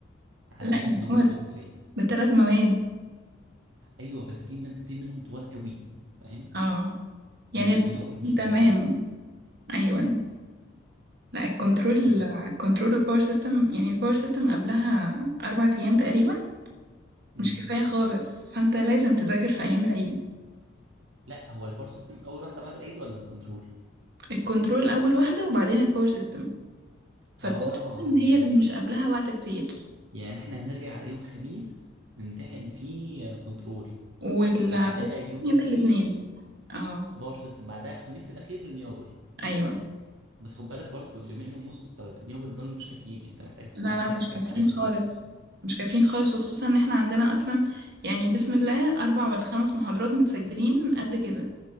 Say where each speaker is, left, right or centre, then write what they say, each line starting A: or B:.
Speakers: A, on the right; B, on the right.
A: على
B: لا
A: امل
B: يا
A: ان هم
B: عمر
A: يذاكروا في العيد
B: ده تلات مواد
A: ايوه بس في مادتين منهم طوال قوي فاهم
B: اه يعني
A: يعني الرينيوبل مش طويله
B: تمام أيوة لا الكنترول
A: ال...
B: الكنترول الباور سيستم يعني الباور سيستم قبلها أربع أيام تقريبا
A: مم.
B: مش كفاية خالص فأنت لازم تذاكر في أيام العيد
A: لا هو البار سيستم اول واحده بعد العيد ولا الكنترول
B: الكنترول أول واحدة وبعدين الباور سيستم فالباور
A: اه
B: سيستم
A: يعني
B: هي اللي مش قبلها وقت كتير
A: يعني احنا هنرجع على يوم خميس نمتحن فيه كنترول
B: والباور
A: بعدها
B: سيستم
A: يوم
B: يبقى
A: اتنين
B: الاتنين اه
A: باور سيستم بعدها الخميس الاخير رينيوبل
B: أيوة
A: بس خد بالك برضه اليومين ونص بتوع الرينيوبل دول مش كافيين يعني انت محتاج تكون
B: لا
A: عندك
B: لا مش كافيين
A: معرفه
B: خالص
A: كويسه
B: مش كافيين خالص وخصوصا ان احنا عندنا اصلا يعني بسم الله اربع ولا خمس محاضرات متسجلين قد كده